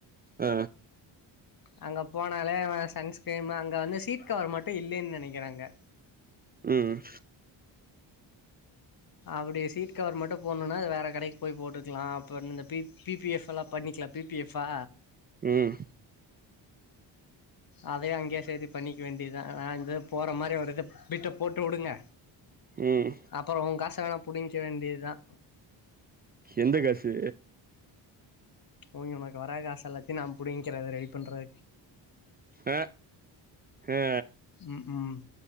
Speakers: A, on the right; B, on the left.
A: அ
B: அங்க போனாலே அவன் சன்ஸ்கிரீமு அங்க வந்து சீட் கவர் மட்டு இல்லேன்னு நெனைக்குறேன் அங்க
A: ம்
B: அப்டி சீட் கவர் மட்டு போட்னுனா வேற கடைக்கு போய் போட்டுக்கலா அப்ப இந்த பிப் பி பி எஃப்-ல்லா பண்ணிக்கலா பி பி எஃப் ஆ
A: ம்
B: அதயே அங்கயே சேத்தி பண்ணிக்க வேண்டியதா அ இந்த போற மாரி ஒரு இத பிட்ட போட்டு உடுங்க
A: ம்
B: அப்புறோ உங்காஸ் தானா புடிங்க்க வேண்டியதா
A: எந்த காசு
B: ஓங் உனக்கு வர காசெல்லாத்தையு நான் புடிங்க்கிற வர வெயிட் பண்றே
A: அ அ
B: ம் ம்